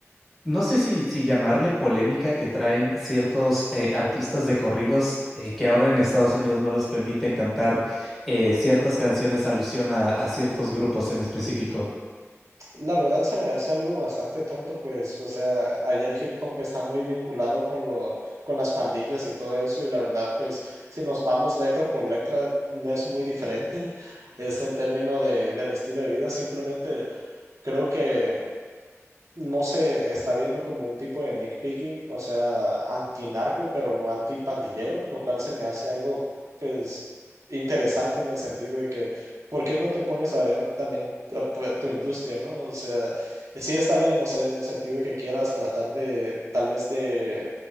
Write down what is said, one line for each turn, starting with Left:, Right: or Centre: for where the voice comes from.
Centre: no sé si, si llamarle polémica que traen ciertos eh, artistas de corridos eh, que ahora en Estados Unidos no les permiten cantar eh, ciertas canciones alusión a, a ciertos grupos en específico?
Right: La verdad se me hace algo bastante tonto, pues, o sea, allá el hip hop está muy vinculado con lo, con las pandillas y todo eso, y la verdad, pues, si nos vamos letra por letra, no es muy diferente, <laughs> es en términos de, del estilo de vida, simplemente creo que no se está viendo como un tipo de nitpicking, o sea, antinarco, pero no antipandillero, lo cual se me hace algo, pues, interesante en el sentido de que, ¿por qué no te pones a ver también tu, pu- tu industria, ¿no? O sea, sí está bien, o sea, en el sentido de que quieras tratar de, tal vez de,